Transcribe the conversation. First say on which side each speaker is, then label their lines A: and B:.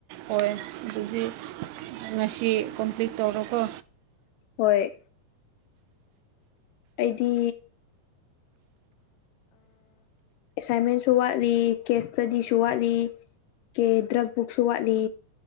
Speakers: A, on the right; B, on the left.
A: ꯑꯣꯏ ꯑꯗꯨꯗꯤ ꯉꯁꯤ ꯀꯝꯄ꯭ꯂꯤꯠ ꯇꯧꯔꯣꯀꯣ
B: ꯍꯣꯏ ꯑꯩꯗꯤ ꯑꯦꯁꯥꯏꯟꯃꯦꯟꯁꯨ ꯋꯥꯠꯂꯤ ꯀꯦꯁ ꯏꯁꯇꯗꯤꯁꯨ ꯋꯥꯠꯂꯤ ꯀꯦ ꯗ꯭ꯔꯛ ꯕꯨꯛꯁꯨ ꯋꯥꯠꯂꯤ